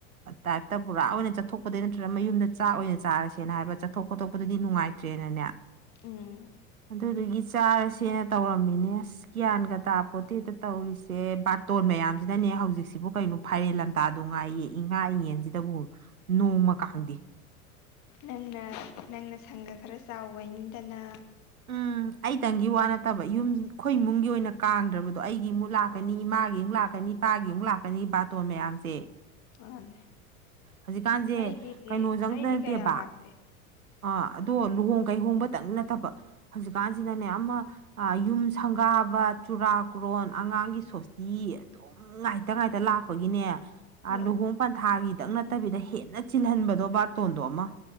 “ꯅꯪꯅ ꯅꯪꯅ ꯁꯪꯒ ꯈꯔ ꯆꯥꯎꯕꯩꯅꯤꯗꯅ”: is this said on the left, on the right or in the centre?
Left